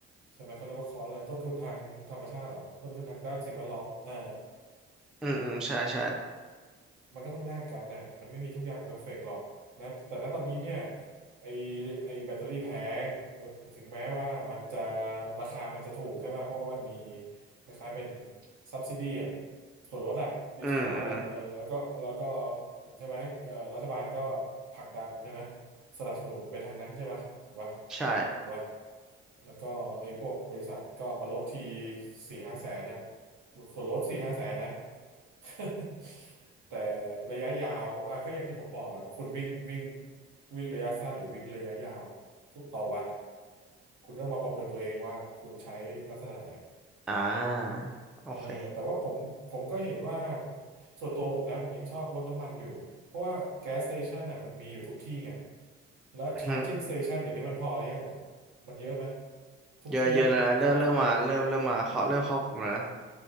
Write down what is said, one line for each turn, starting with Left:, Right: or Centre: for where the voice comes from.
Right: ใช่ไหมเขาเรียกว่าคอร์สอะไรต้นทุนทางธรรมชาติเหรอต้นทุนทางด้านสิ่งแวดล้อมอ่า
Centre: อืมอืมใช่ใช่
Right: มันก็ต้องแลกกันน่ะมันไม่มีทุกอย่างเพอร์เฟกต์หรอกนะแต่ณตอนนี้เนี่ยไอไอแบตเตอรี่แพงแต่ถึงแม้ว่ามันจะราคามันจะถูกใช่ป่ะเพราะว่ามันมีคล้ายๆเป็น subsidy อ่ะส่วนลดอ่ะ discount
Centre: อืมอืม
Right: อ่ะเออแล้วก็แล้วก็ใช่ไหมเอ่อรัฐบาลก็ผลักดันใช่ไหม สนับสนุนไปทางนั้นใช่ป่ะถูกป่ะ
Centre: ใช่
Right: ถูกป่ะ แล้วก็ไอ้พวกบริษัทก็มาลดทีสี่ห้าแสนนะส่วนลดสี่ห้าแสนนะ <laughs> แต่ระยะยาวอ่ะก็อย่างที่ผมบอกแหล้วาคุณวิ่งวิ่งวิ่งระยะสั้นหรือวิ่งระยะยาวทุกต่อวันเนี่ยคุณต้องมาประเมินตัวเองว่าคุณใช้ลักษณะไหน
Centre: อ่าโอเค
Right: เออแต่ว่าผมผมก็เห็นว่าส่วนตัวผมนะผมยังชอบรถน้ำมันอยู่เพราะว่าแก๊สสเตชันน่ะมันมีอยู่ทุกที่ไงและชาร์จิ่งสเตชันเดี๋ยวนี้มันพอหรือยังอ่ะ
Centre: อืม
Right: มันเยอะไหมทุกที่ยังครอบคลุมยัง
Centre: เยอะเยอะแล้วนะเริ่มเริ่มมาเริ่มเริ่มมาเขาเริ่มครอบคลุมแล้วนะ